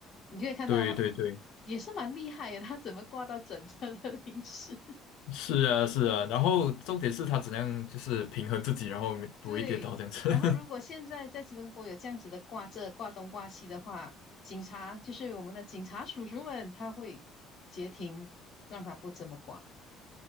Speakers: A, on the left; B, on the left.
A: 你就会看到他
B: 对对对。
A: 也是蛮厉害的，他怎么挂到整车的零食？<laughs>
B: 是啊，是啊，然后重点是他怎样就是平衡自己，然后没不会跌倒这样子。
A: 对。然后如果现在在吉隆坡有这样子的挂这挂东挂西的话，
B: <laughs>
A: 警察就是我们的警察叔叔们，他会截停，让他不这么挂。